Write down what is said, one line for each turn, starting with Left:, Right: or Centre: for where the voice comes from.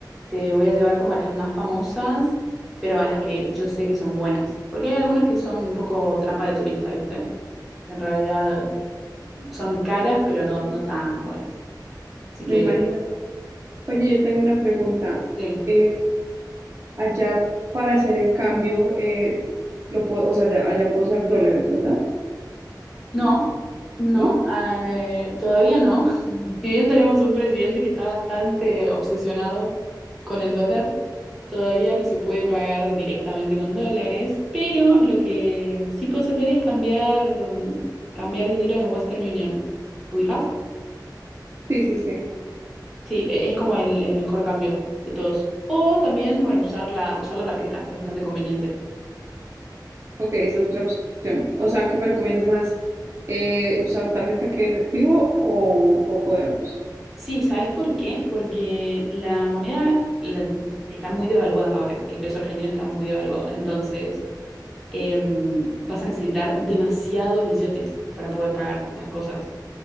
Centre: te voy a llevar como a las más famosas, pero a las que yo sé que son buenas. Porque hay algunas que son un poco trampa de turista, ¿viste? En realidad son caras, pero no, no tan buenas. Así que,
Right: me imagino. Oye, yo tengo una pregunta.
Centre: sí.
Right: Eh, allá para hacer el cambio, eh, lo puedo, o sea, ya- allá puedo usar dólares, ¿verdad?
Centre: No, no,
Right: ¿No?
Centre: eh, todavía no. Si bien tenemos un presidente que está bastante obsesionado con el dólar, todavía no se puede pagar directamente con dólares, pero lo que sí puedes hacer es cambiar, mm, cambiar dinero en Western Union. ¿Ubicás?
Right: Sí, sí, sí.
Centre: Sí, e- es como el, el mejor cambio de todos. O también, bueno, usar la, usar la tarjeta, que es bastante conveniente.
Right: Ok, esa es otra opción. O sea, ¿qué me recomiendas más? Eh, ¿usar tarjeta que efectivo o un poco de ambos?
Centre: Sí, ¿sabes por qué? Porque la moneda la- está muy devaluada ahora. El peso argentino está muy devaluado. Entonces... em, vas a necesitar demasiados billetes para poder pagar las cosas.